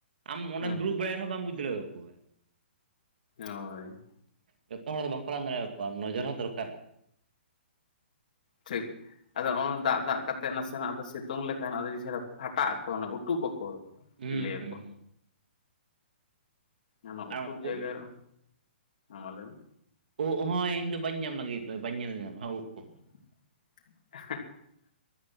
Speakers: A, on the right; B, on the left.
A: ᱟᱢ ᱚᱸᱰᱮᱢ
B: ᱦᱩᱸ
A: ᱫᱩᱲᱩᱵ ᱵᱟᱲᱟᱭ ᱨᱮᱦᱚᱸ ᱵᱟᱢ ᱵᱩᱡᱽ ᱫᱟᱲᱮ ᱟᱠᱚᱣᱟ᱾
B: ᱦᱳᱭ᱾
A: ᱡᱚᱛᱚ ᱦᱚᱲ ᱫᱚ ᱵᱟᱝᱠᱚ ᱦᱟᱞᱟᱝ ᱫᱟᱲᱮᱭ ᱟᱠᱚᱣᱟ ᱱᱚᱡᱚᱨ ᱦᱚᱸ ᱫᱚᱨᱠᱟᱨᱟᱭ᱾
B: ᱴᱷᱤᱠ᱾ ᱟᱫᱚ ᱱᱚᱜᱼ ᱫᱟᱜ ᱫᱟᱜ ᱠᱟᱛᱮᱜ ᱱᱟᱥᱮᱱᱟᱜ ᱥᱤᱛᱩᱝ ᱞᱮᱠᱷᱟᱱ ᱟᱹᱰᱤ ᱪᱮᱦᱨᱟ ᱯᱷᱟᱴᱟᱜ ᱟᱠᱚ ᱩᱴᱩᱵ ᱟᱠᱚ᱾
A: ᱦᱩᱸ
B: ᱞᱟᱹᱭᱟᱠᱚ
A: ᱦᱩᱸ᱾
B: ᱚᱱᱟ
A: ᱟᱨ
B: ᱩᱴᱩᱵ
A: ᱩᱫ
B: ᱡᱟᱭᱜᱟ ᱮ, ᱢᱟ ᱞᱟᱹᱭ ᱢᱮ
A: ᱳᱫ ᱦᱚᱸᱭ ᱤᱧ ᱫᱚ ᱵᱟᱹᱧ ᱧᱟᱢ ᱞᱟᱹᱜᱤᱫ ᱵᱟᱹᱧ ᱧᱮᱞ ᱧᱟᱢᱟ ᱩᱫ ᱠᱚ
B: <inaudible>